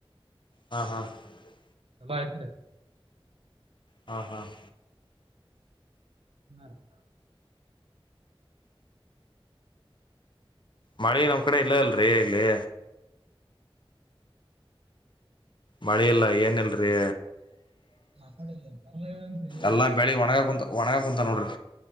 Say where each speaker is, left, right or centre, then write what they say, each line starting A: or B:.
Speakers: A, on the left; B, on the right.
A: ಹಾ, ಹಾ,, -
B: ಚಲೋ ಆಯ್ತರಿ,
A: ಹಾ, ಹಾ,, -
B: ಹ್ಮ ರ <inaudible>
A: ಮಳಿನಮ್ ಕಡೆ ಇಲ್ಲ ಅಲ್ರಿ ಇಲ್ಲಿ. ಮಳೆ ಇಲ್ಲ ಏನಲ್ರಿ
B: ನ ಕಡೆ ಬರಲನ್ತ್ೀ <unintelligible>
A: ಎಲ್ಲಾ ಬೆಳಿ ಒಣಗ ಕುಂತ ಒಣಗ ಕುಂತವ ನೋಡರಿ.